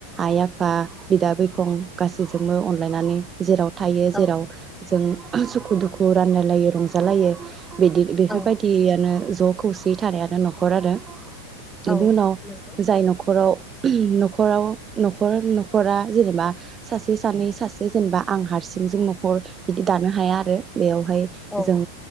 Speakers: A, on the right (about 20°); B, in the centre.
A: आइ आफा बिदा बिफं गासैजोंबो अनलायनानै जेराव थायो
B: औ
A: जेराव जों सुखु दुखु रानलायलायो रंजालायो। बिदि बेफोरबायदियानो
B: औ
A: ज' खौसेय थानायानो न'खर न'खर आरो बिनि
B: औ
A: उनाव
B: नंगौ
A: जाय न'खराव नख न'खराव न'खर न'खरा जेनेबा सासे सानै सासे जेनेबा आं हारसिंजों न'खर बिदि दानो हाया आरो बेयाव बेहाय
B: औ
A: जों